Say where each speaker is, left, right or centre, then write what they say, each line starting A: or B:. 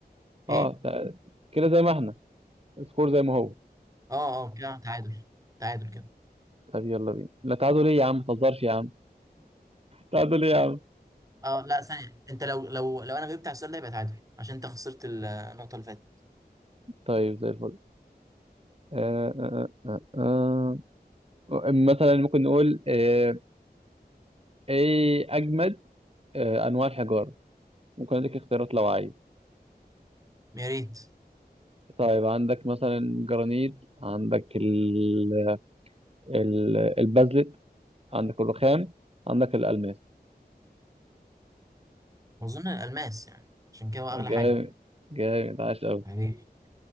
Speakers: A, on the right; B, on the right.
A: إيه؟
B: اه تع- كده زي ما احنا سكور زي ما هو
A: أه أه كده تعادل تعادل كده
B: طب يلا بينا لا تعادل ايه يا عم ما تهزرش يا عم تعادل ايه يا عم
A: أه لا ثانية أنت لو لو لو أنا جبت على السؤال ده يبقى تعادل عشان أنت خسرت النقطة اللي فاتت
B: طيب زي الفل آه آه آه. آه، مثلا ممكن نقول آه ايه اجمد آه انواع الحجاره ممكن اديك اختيارات لو عايز
A: يا ريت
B: طيب عندك مثلا جرانيت عندك ال... ال... البازلت عندك الرخام عندك الألماس
A: أظن الألماس يعني عشان كده هو أغلى
B: جامد
A: حاجة
B: جامد عاش أوي
A: يعني